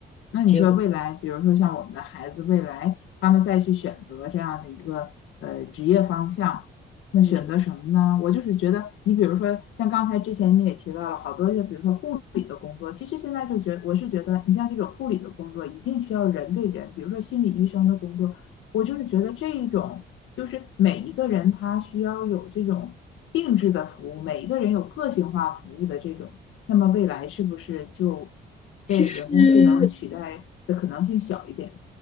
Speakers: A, on the left (about 85°); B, on the left (about 35°).
A: 那你说未来，
B: 结果，
A: 比如说像我们的孩子，未来他们再去选择这样的一个呃职业方向，那选择什么呢？
B: 嗯。
A: 我就是觉得，你比如说像刚才之前你也提到了好多，就比如说护理的工作，其实现在就觉我是觉得，你像这种护理的工作，一定需要人对人，比如说心理医生的工作，我就是觉得这一种就是每一个人他需要有这种定制的服务，每一个人有个性化服务的这种。那么未来是不是就
B: 其实，
A: 被人工智能取代的可能性小一点？